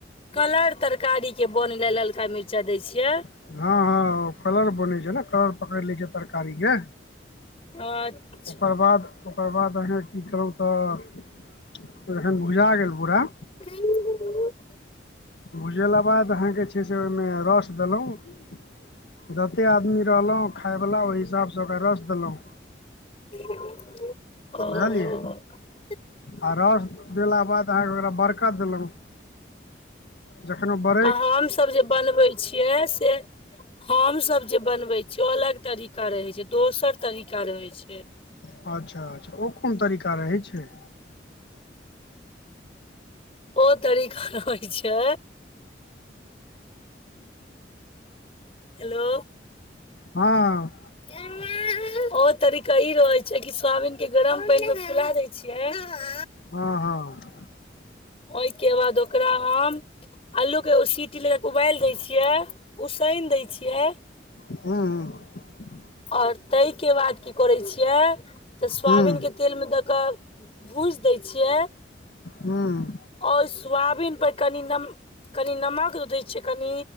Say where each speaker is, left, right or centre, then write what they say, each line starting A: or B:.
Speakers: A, on the left; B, on the left.
A: कलर तरकारी के बन ले ललका मिर्चाई दै छियै।
B: हँ, हँ, ओ कलर बनै छै ने, कलर पकड़ि लैत छै तरकारीके
A: अच्छा!
B: ओकर बाद ओकर बाद अहाँ की कहुँ तऽ, जखन भुजा गेल पुरा
A: ख <inaudible>
B: भुजेला के बाद अहाँके छै से, ओहिमे रस देलहुँ। जतेक आदमी रहलहुँ खायवला, ओहि हिसाबसँ ओकरा रस देलहुँ।
A: ओ <unintelligible>
B: बुझलियै आ रस देला बाद, अहाँके ओकरा बरक देलहुँ जखन ब
A: आ हमसभ जे बनबै छियै से हम सब जे बनवे छीय, ओ अलग तरीका रहे छै, दोसर तरीका रहे छै।
B: अच्छा! अच्छा! ओ कोन तरीका रहै छै?
A: ओ तरीका रहइ छै। हेलो!
B: हँ।
A: आ <inaudible> ओ तरीका ई रहैत छै कि, सोयाबीन के गरम पानि मे फुला दै छियै। <unintelligible>
B: हँ, हँ।
A: ओहिके बाद ओकरा हम आलू के सीटी लगा के उबाल देय छियै, उसनि देय छियै।
B: हुं, हुं।
A: और ताहिके बाद की करैत छियै? तऽ सोयाबीन
B: हूँ
A: के तेल मे दऽ कऽ भूजि दै छियै।
B: हँ।
A: ओ सोयाबीन पर कनि नम कनि नमक दै छैिय, कनि